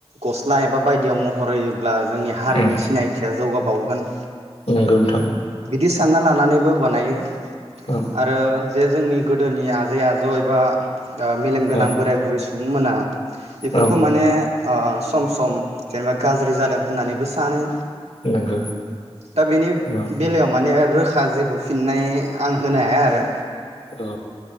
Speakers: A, on the right; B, on the left.
A: गस्ला एबा बायदिआव <unintelligible> हरैयो। जोंनि हारिनि
B: उम
A: सिनायथिया जौगाब <unintelligible> बावगोन।
B: नंगौ नोंथां।
A: बिदि सानना लानानैबो बानायो।
B: औ
A: आरो। जे जोंनि गोदोनि आजै आजौ एबा ओ मेलेमगोनां
B: औ
A: बोराय बुरै सुबुंंमोनना बेफोरखौ
B: औ
A: माने ओ सम सम जेनेबा गाज्रि जादों होननानैबो सानो
B: नंगौ
A: दा बेनि
B: औ
A: बेलायाव माने रोखा जेबो फिननाय आं होनो हाया आरो
B: औ